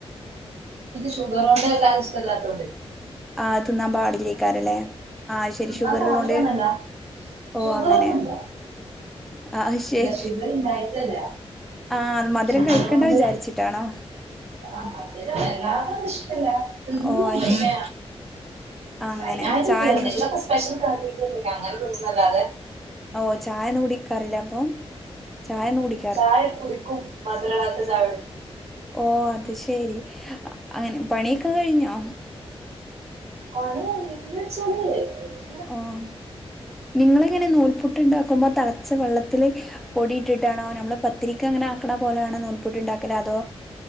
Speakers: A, on the right; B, in the centre.
A: ഷുഗറോണ്ട് വല്ലണ്ട് ഇഷ്ടല്ലാത്തോണ്ട്
B: ആഹ് തിന്നാൻ പാടില്ലേക്കാരല്ലേ ആഹ് അത് ശെരി
A: തിന്നാൻ
B: ഷുഗറുള്ളോണ്ട്
A: പാടില്ലാന്നല്ല
B: ഓഹ്
A: ഷുഗറൊന്നുല്ല
B: അങ്ങനെ അത് ശെരി
A: അല്ല ഷുഗർ ഇണ്ടായിട്ടല്ല
B: ആഹ് മധുരം
A: ഷുഗറോണ്ട്
B: കഴിക്കണ്ട വിചാരിച്ചിട്ടാണോ?
A: ആഹ് മധുരം വല്ലാത്ത <unintelligible> ഷ്ട്ടല്ല തിന്നും
B: ഓ അത്
A: പക്ഷേ
B: ശരി അങ്ങനെ
A: അയ്നായിട്ട്
B: ചായൊന്നും
A: കൂല എന്നെങ്കിലൊക്കെ <unintelligible> അങ്ങനെ തിന്നും ന്നല്ലാതെ
B: ഓഹ് ചായന്നും കുടിക്കാറില്ലേ അപ്പം ചായന്നും കുടി
A: ചായ കുടിക്കും മദ് രടാത്ത ചായ കുടുക്കും
B: ഓഹ് അത് ശെരി അങ്ങനെ പണിക്കെ കഴിഞ്ഞോ?
A: പണി കഴിഞ്ഞോ <unintelligible>
B: ഓഹ് നിങ്ങളെങ്ങനെ നൂൽപുട്ട് ഉണ്ടാക്കുമ്പോ തളച്ച വെള്ളത്തില് പൊടിയിട്ടിട്ടാണോ നമ്മള് പത്തിരിക്ക് അങ്ങനെ ആക്ക്ണ പോലെയാണോ നൂൽപുട്ട് ഉണ്ടാക്കല് അതോ